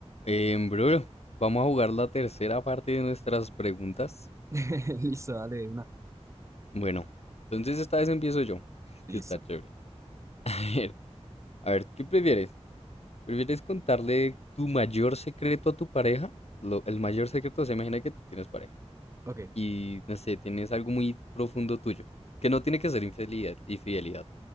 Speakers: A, on the left (about 65°); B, on the right (about 25°).
A: Em, bro, vamos a jugar la tercera parte de nuestras preguntas.
B: <laughs> Listo, dale de una.
A: Bueno, entonces esta vez empiezo yo, <laughs>
B: Listo.
A: que está chévere. <laughs> A ver, a ver, ¿qué prefieres? ¿Prefieres contarle tu mayor secreto a tu pareja? Lo- el mayor secreto, se imagina que tú tienes pareja
B: Ok,
A: y, no sé, tienes algo muy profundo tuyo, que no tiene
B: ok,
A: que ser infidelidad, infidelidad.